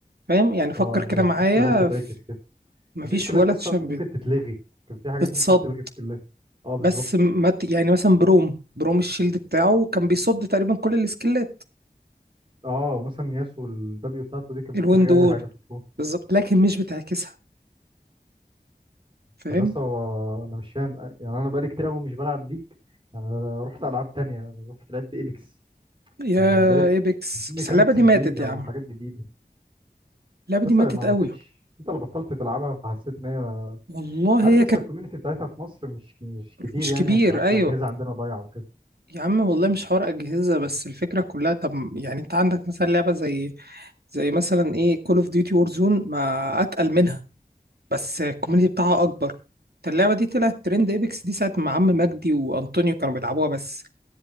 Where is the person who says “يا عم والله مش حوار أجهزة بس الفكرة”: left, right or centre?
Right